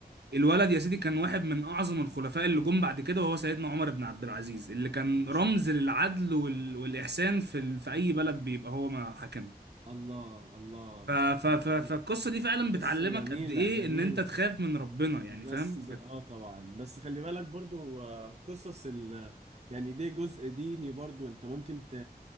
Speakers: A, on the right; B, on the right.
A: الولد يا سيدي كان واحد من اعظم الخلفاء اللي جم بعد كده وهو سيدنا عمر بن عبد العزيز اللي كان
B: ما شاء
A: رمز للعدل وال... والاحسان في ال... في اي بلد بيبقى هو ما حاكمها
B: الله الله
A: ف... ف... ف... فالقصه
B: الله
A: دي فعلا بتعلمك
B: قصة جميلة
A: قد ايه
B: جميلة
A: ان انت تخاف من ربنا يعني
B: بس
A: فاهم بت...
B: اه طبعا بس خلي بالك برضو آه، قصص ال يعني دي جزء ديني برضو انت ممكن ت